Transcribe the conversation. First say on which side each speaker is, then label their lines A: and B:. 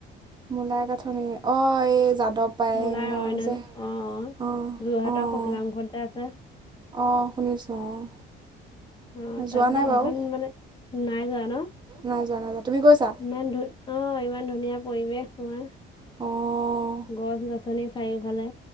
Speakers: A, on the right; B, on the left.
A: মোলাই কাঠনি, অ' এই যাদৱ পায়েং
B: মূলাৰ অৰণ্য
A: যে',
B: অ
A: অহ, অহ
B: যোৰহাটৰ ককিলামুখত
A: অহ।
B: যে আছে
A: অ', শুনিছোঁ অ'।
B: অহ, তাত
A: যোৱা
B: দে,
A: নাই
B: সেইখন
A: বাৰু
B: মানে, নাই যোৱা ন?
A: নাই যোৱা, নাই যোৱা। তুমি গৈছা?
B: ইমান ধু অ' ইমান ধুনীয়া পৰিৱেশ তোমাৰ,
A: অ',
B: গছ-গছনি চাৰিওফালে।